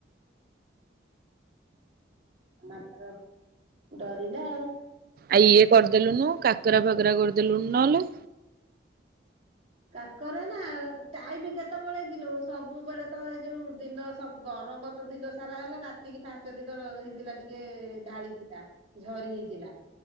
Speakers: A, on the right (about 35°); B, on the right (about 50°).
A: ମା ତାର ଡରିଲା ଆଉ।
B: ଆ ଇଏ କରିଦେଲୁନୁ କାକରା ଫାକରା କରିଦେଲୁନୁ ନହେଲେ।
A: କାକରା ନା ଟାଇମ କେତେବେଳେ କିଲୋ ସବୁବେଳେ ତ ଏଇ ଯୋଉ ଦିନ ସବୁ ଗରମ ତ ତ ଦିନ ସାରା ହେଲା ରାତିକି ପାଞ୍ଚ ଦିନ ହେଇଥିଲା ଟିକେ ଢାଳିଥିଲା। ଝରି ହେଇଥିଲା।